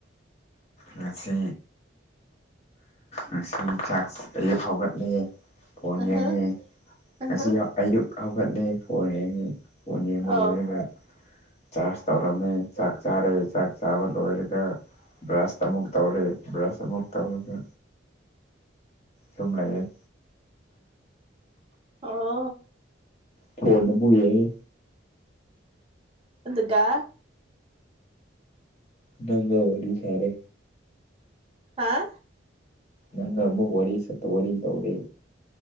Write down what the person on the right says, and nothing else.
ꯑꯍ
ꯑꯍ
ꯑꯣ
ꯑꯣ
ꯑꯗꯨꯒ
ꯍꯥ